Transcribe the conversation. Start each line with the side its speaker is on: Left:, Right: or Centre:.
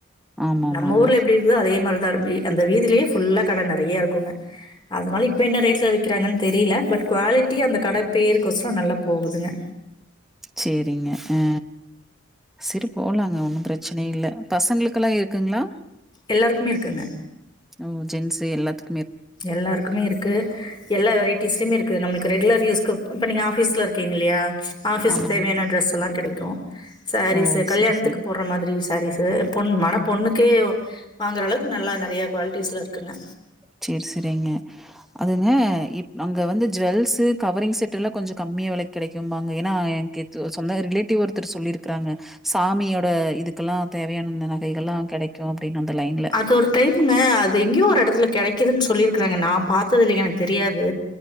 Centre: ஆமாமாங்க.
Left: நம்ம ஊர்ல எப்டி இருந்ததோ அதே மாரி தா அந்த வீதிலயே ஃபுல்லா கடை நெறையா இருக்குங் அதனால் இப்போ என்ன ரேட்ல வைக்கிறாங்கன் தெரில பட் குவாலிட்டி அந்த கடைப் பேர்க் கொசரோ நல்லா போகுதுங்க
Centre: சேரிங்க ஆ சரி போலாங்க ஒன்னு பிரச்சனை இல்ல பசங்களுக்கெல்லா இருக்குங்களா
Left: எல்லோருக்குமே இருக்குங்க
Centre: ஓ ஜென்ஸு எல்லாத்
Left: எல்லாருக்குமே இருக்கு எல்லா வெரைட்டஸ்லியிமே இருக்கு நம்ளுக்கு ரெகுலர் யூஸ்க்கு இப்ப நீங்க ஆஃபீஸ்ல இருக்கீங்க இல்லயா ஆஃபீஸ்க்
Centre: ஆமாங்க.
Left: தேவ்யான ட்ரெஸ்ல்லா கெடைக்கு சேரீஸு
Centre: ஓ!
Left: கல்யாண்த்துக்கு
Centre: சரி, சரி.
Left: போட்ற மாதுரி சேரீஸு பொண் மன பொண்ணுக்கே வாங்குற அளவுக்கு நல்லா நறையா குவால்ட்டிஸ்ல இருக்குங்க
Centre: சேர் செரிங்க அதுங்கப் இப் அங்க வந்து ஜுவெல்ஸு கவரிங் செட்ல்லா கொஞ்ச கம்மிய வெலைக் கெடைக்கும்பாங்க ஏன்னா ஏங்கி சு சொந்த ரிலேட்டிவ் ஒருத்தர் சொல்லிருக்காங்க சாமியோட இதுக்குல்லா தேவயான அந்த நகைகள்ல்லா கெடைக்கு அப்டின் அந்த லைன்ல
Left: சோர் டைம்ங்க அது எங்யோ ஒரு எடத்துல கெடைக்கிதுன்னு சொல்லிருக்குறாங்க நா பாத்தது இல்லிங்க எனக்கு தெரியாது